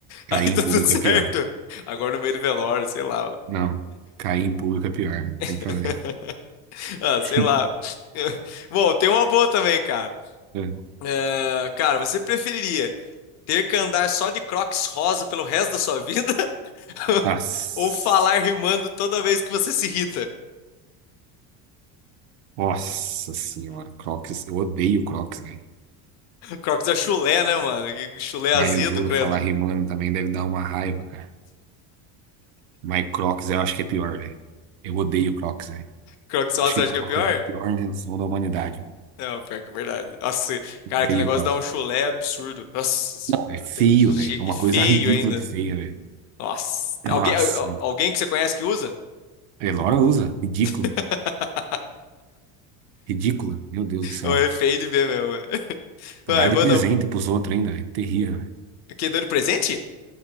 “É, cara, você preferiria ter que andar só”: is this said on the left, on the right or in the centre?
Left